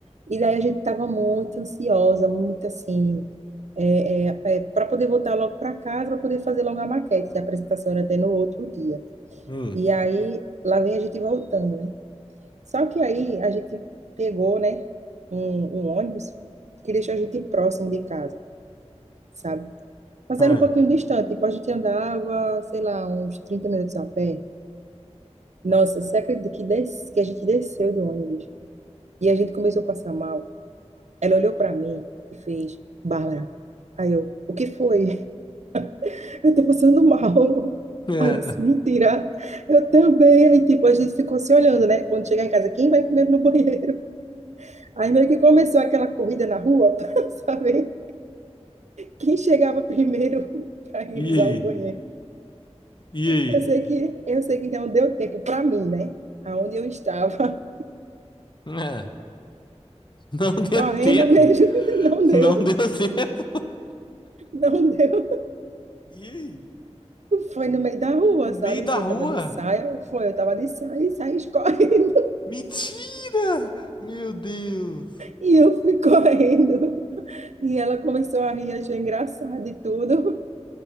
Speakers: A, on the right; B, on the left.
A: e daí a gente tava muito ansiosa, muito assim, é, para poder voltar logo para casa, para poder fazer logo a maquete, que a apresentação era até no outro dia.
B: Hum.
A: E aí, lá vem a gente voltando, né? Só que aí a gente pegou, né, um, um ônibus que deixou a gente próximo de casa, sabe? Mas
B: Ah.
A: era um pouquinho distante, tipo, a gente andava, sei lá, uns 30 minutos a pé. Nossa, você acredita que, des... que a gente desceu do ônibus e a gente começou a passar mal? Ela olhou pra mim e fez, Bárbara. Aí eu, o que foi? <laughs> Eu tô passando mal.
B: É.
A: Aí eu disse,
B: <laughs>
A: mentira, eu também. Aí, tipo, a gente ficou se olhando, né? Quando chegar em casa, quem vai primeiro no banheiro? Aí meio que começou aquela corrida na rua <laughs> para saber quem chegava primeiro <laughs> para ir
B: E
A: usar
B: aí?
A: o banheiro.
B: E
A: Eu sei que eu sei que não deu tempo para mim, né? Aonde eu estava
B: aí? É, não <laughs> deu
A: correndo
B: tempo.
A: mesmo, <laughs> não deu,
B: Não deu <laughs> tempo.
A: não deu.
B: E aí?
A: Foi no meio da rua,
B: No meio
A: sabe?
B: da
A: Assim,
B: rua?
A: eu estava de saia, foi, eu estava de saia e saí <laughs> correndo.
B: Mentira! Meu Deus!
A: E eu fui correndo. E ela começou a rir, achou engraçado e tudo.